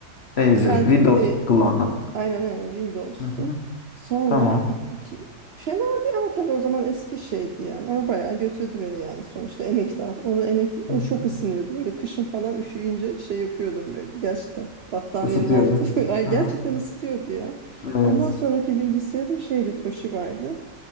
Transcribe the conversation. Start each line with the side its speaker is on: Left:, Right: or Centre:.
Left: Razer,
Right: Yani
Left: Windows
Right: e,
Left: kullandın.
Right: aynen aynen Windows'tu.
Left: Hı hı.
Right: Sonra
Left: Tamam.
Right: iki, fena değil ama tabii o zaman eski şeydi yani. Ama bayağı götürdü beni yani sonuçta emektar. Onu emekli
Left: Hı
Right: o
Left: hı.
Right: çok ısınıyordu. Böyle kışın falan üşüyünce şey yapıyordum böyle gerçekten. Battaniyenin
Left: Isıtıyordu.
Right: altı. <laughs> Ay
Left: Hı
Right: gerçekten
Left: hı.
Right: ısıtıyordu ya.
Left: Evet.
Right: Ondan sonraki bilgisayarım şeydi Toshiba'ydı.